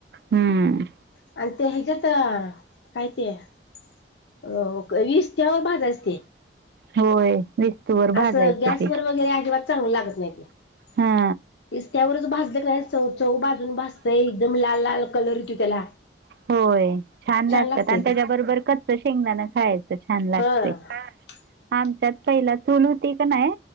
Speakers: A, on the right; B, on the left.
A: हम्म
B: <inaudible> आणि ते ह्याच्यात काय ते अ ईस्त्यावर भाजायचं ते.
A: होय. विस्तूवर
B: असं
A: भाजायचं
B: गॅसवर
A: ते
B: वगैरे अजिबात चांगल लागत नाही ते.
A: हा
B: <inaudible> इस्त्यावरच भाजल का नाही चव चव बाजून भाजते एकदम लाल लाल कलर येतो त्याला.
A: होय छान लागतात
B: लागतंय
A: आणि त्याच्याबरोबर
B: ते
A: कच्च शेंगदाणा खायचं छान लागते.
B: हा <unintelligible>
A: आमच्यात पहिला चूल होती का नाही,